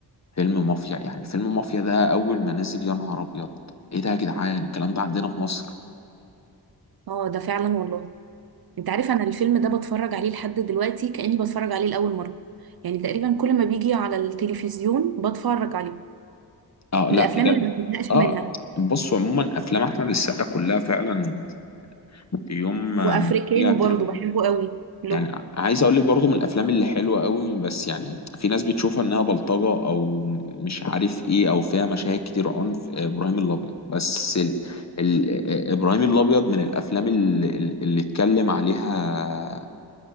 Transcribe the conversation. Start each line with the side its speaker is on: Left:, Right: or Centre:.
Left: فيلم مافيا يعني فيلم مافيا ده أول ما نزل يا نهار أبيض إيه ده يا جدعان الكلام ده عندنا في مصر
Right: اه ده فعلا والله انت عارف انا الفيلم ده بتفرج عليه لحد دلوقتي كأني بتفرج عليه لأول مرة يعني تقريبا كل ما بيجي على التلفزيون بتفرج عليه
Left: أه لا
Right: من الافلام
Left: بجد
Right: اللي ما بزهقش
Left: أه
Right: منها
Left: بصوا عموما أفلام أحمد السقا كلها فعلا يوم ما
Right: وافريكانو
Left: بتيجي على التلفزيون
Right: برضو بحبه قوي له
Left: يعني عايز اقول لك برضو من الافلام اللي حلوه قوي بس يعني في ناس بتشوفها انها بلطجه او مش عارف ايه او فيها مشاهد كتير عنف آه، ابراهيم الابيض بس ال... ال... آه، ابراهيم الابيض من الافلام اللي, اللي اتكلم عليها